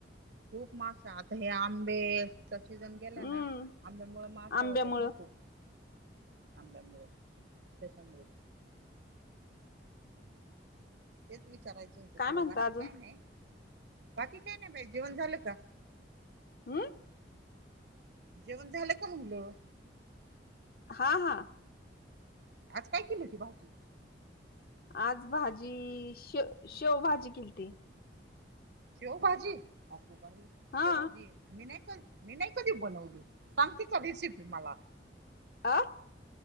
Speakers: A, on the right; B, on the left.
A: खूप माशा आता हे आंबेचा सीझन गेला
B: हम्म
A: ना आंब्यामुळे माशा
B: आंब्यामुळं
A: होतात ना खूप आंब्यामुळें त्याशमुळेच विचारायचं होतं
B: काय
A: तुला
B: म्हणता
A: बाकी
B: अजून
A: काय नाही बाकी काय नाही बाई जेवण झालं का
B: हमम
A: जेवण झालं का म्हणलं
B: हा हा
A: आज काय केली ती भाजी
B: आज भाजी शेव शेवभजी केलीती
A: शेवबाजी अगगोबाई
B: हा
A: शेवबाजी मी नाही मी नाही कधी बनवली सांगते का रेसिपी मला
B: आं